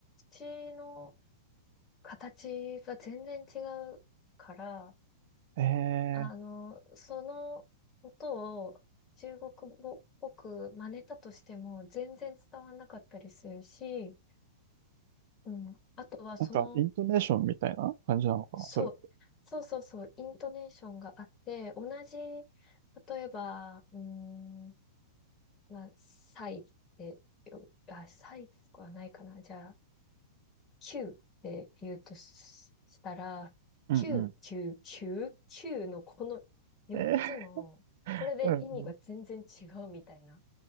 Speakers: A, on the left; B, on the right.
A: 土の形が全然違うから、
B: えー、
A: あの、その音を中国語っぽく真似たとしても全然伝わんなかったりするし、うん。あとはその
B: なんか、イントネーションみたいな感じなのかな、
A: そう、
B: それって。
A: そうそうそう、イントネーションがあって、同じ、例えば、うーん、まあ、サイってよ、あ、サイはないかな。じゃあ、キューって言うとししたら、
B: うんう
A: キキキュュューーーキューのこの4つの、
B: ん。えー、
A: これで意味が全然違うみたいな。
B: うんうん。